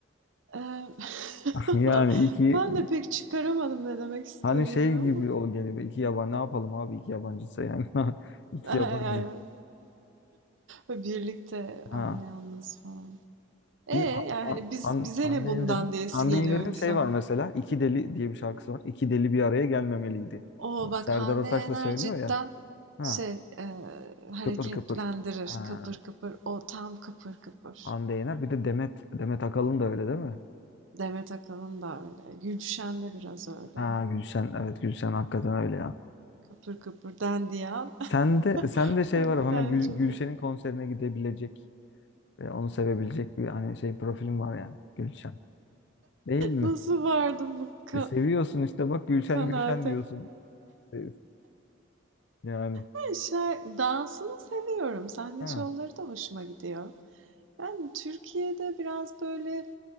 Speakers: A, on the right (about 75°); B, on the left (about 60°).
A: Eee, <laughs>
B: <laughs> Yani iki
A: ben de pek çıkaramadım ne demek istediğini
B: hani şey
A: ama.
B: gibi ol geliyor. İki yabancı ne yapalım abi iki yabancıysa yani. <laughs> İki
A: <laughs>
B: yabancı.
A: Yani birlikte
B: Ha.
A: ama yalnız falan. E,
B: Bir
A: yani
B: Han, Han,
A: hani biz
B: Han-
A: bize
B: Hande
A: ne bundan
B: Yener'in
A: diyesi
B: Hande
A: geliyor
B: Yener'in
A: insanın.
B: şey var mesela. İki Deli diye bir şarkısı var. İki deli bir araya gelmemeliydi.
A: O bak
B: Serdar
A: Hande
B: Ortaç'la
A: Yener
B: söylüyor
A: cidden
B: ya. Ha,
A: şey eee, hareketlendirir
B: kıpır kıpır. Ha,
A: kıpır kıpır o tam kıpır kıpır.
B: Hande Yener. Bir de Demet Demet Akalın da öyle değil mi?
A: Demet Akalın da öyle. Gülşen de biraz öyle.
B: Ha, Gülşen. Evet Gülşen hakikaten öyle ya.
A: Kıpır kıpır dendiyan.
B: Sen de sen
A: <laughs>
B: de şey
A: Hadi
B: var
A: bir
B: hemen
A: tane
B: Gül,
A: çözüm.
B: Gülşen'in konserine gidebilecek ve onu sevebilecek bir hani şey profilin var yani Gülşen. Değil mi?
A: Nasıl vardım bu ka
B: E, seviyorsun işte bak Gülşen
A: kanaate?
B: Gülşen diyorsun. E, yani.
A: Ben şarkı dansını seviyorum. Sahne
B: Ha.
A: şovları da hoşuma gidiyor. Ben Türkiye'de biraz böyle